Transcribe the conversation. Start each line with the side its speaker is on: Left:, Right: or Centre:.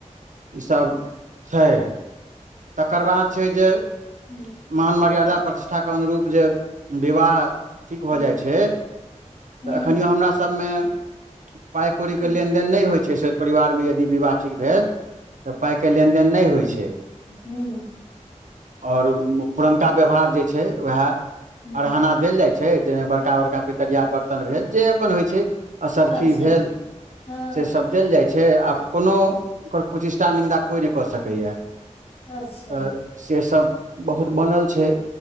Right: ई सब छै, तकर बाद छै जे
Left: हुं।
Right: महान मर्यादा प्रतिष्ठाके अनुरूप जे विवाह ठीक
Left: ह
Right: भऽ जाइ छै
Left: ह
Right: तऽ एखनिओ हमरा सभमे पाइ कौड़ीके
Left: ह
Right: लेनदेन नहि होइत छै सोति परिवारमे यदि विवाह ठीक भेल, तऽ पाइ के लेनदेन नहि होइ छै।
Left: हुं।
Right: और पुरनका व्यवहार जे छै वैह
Left: ह
Right: अरहना देल जाइ छै जाहिमे बड़का बड़का पितरिया बरतन भेल जे अपन होइ छै असरफी
Left: अच्छा
Right: भेल
Left: हँ
Right: से सब देल जाइ छै आब कोनो ओकर कुचेष्टा निन्दा कोइ नहि कऽ सकैए
Left: अच्छा
Right: तऽ सेसभ बहुत बनल छै।